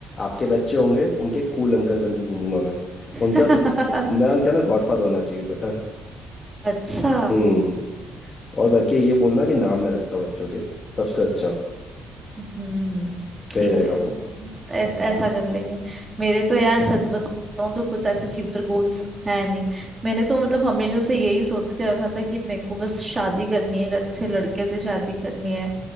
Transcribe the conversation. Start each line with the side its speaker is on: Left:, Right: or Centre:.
Left: आपके बच्चे होंगे उनके कूल अंकल बन के घूमूंगा मैं
Right: <laughs>
Left: उनका उन, मैं उनका ना गॉडफादर होना चाहिए पता है
Right: अच्छा
Left: हम्म और बल्कि ये बोलना कि नाम मैं रखता हूँ बच्चों के सबसे अच्छा
Right: हम्म
Left: सही
Right: ठीक
Left: रहेगा
Right: है
Left: वो
Right: ऐस, ऐसा कर लेंगे मेरे तो यार सच बताऊं तो कुछ ऐसे फ्यूचर गोल्स है नहीं मैंने तो मतलब हमेशा से यही सोच के रखा था कि मेरे को बस शादी करनी है एक अच्छे लड़के से शादी करनी है